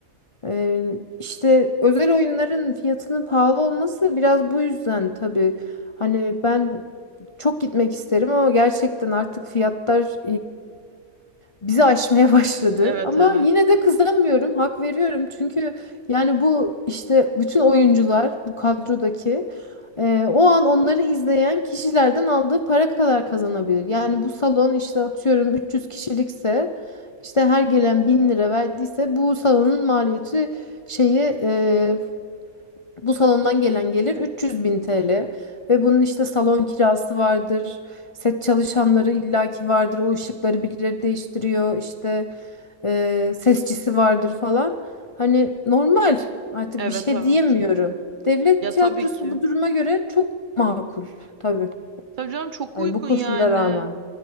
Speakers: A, on the left (about 45°); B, on the right (about 50°).
A: E, işte özel oyunların fiyatının pahalı olması biraz bu yüzden tabii. Hani ben çok gitmek isterim ama gerçekten artık fiyatlar bizi aşmaya <laughs> başladı.
B: Evet
A: Ama
B: evet.
A: yine de kızamıyorum, hak veriyorum. Çünkü yani bu işte bütün oyuncular bu kadrodaki e, o an onları izleyen kişilerden aldığı para kadar kazanabilir. Yani bu salon işte atıyorum 300 kişilikse işte her gelen 1000 lira verdiyse bu salonun maliyeti şeyi e, bu salondan gelen gelir 300 bin TL ve bunun işte salon kirası vardır, set çalışanları illaki vardır, o ışıkları birileri değiştiriyor, işte e, sesçisi vardır falan. Hani normal artık
B: Evet
A: bir şey
B: evet.
A: diyemiyorum. Devlet
B: Ya
A: tiyatrosu
B: tabii ki.
A: bu duruma göre çok makul tabii.
B: Tabii canım çok
A: Hani
B: uygun
A: bu koşullara
B: yani.
A: rağmen.